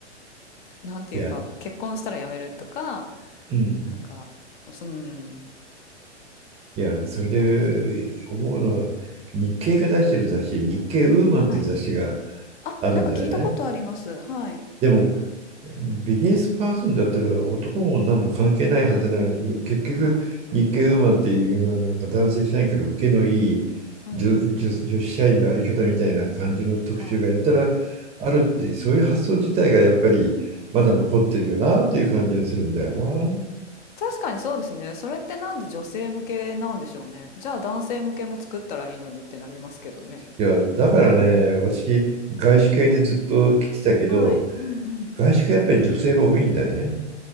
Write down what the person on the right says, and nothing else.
いや、
うん。
いや、それで思うのは、
日経が出してる雑誌、日経ウーマンっていう雑誌が
あるんだよね。
でも、ビジネスパーソンだったら男も女も関係ないはずなのに、結局、
日経ウーマンっていうのは、なんか男性社員から受けのいい女、
女女子社員のあり方みたいな感じの特集がやたらあるって、
そういう発想自体がやっぱりまだ残ってるよなっていう感じがするんだよな。
いや、だからね、私、外資系でずっと来てたけど、
外資系やっぱり女性が多いんだよね。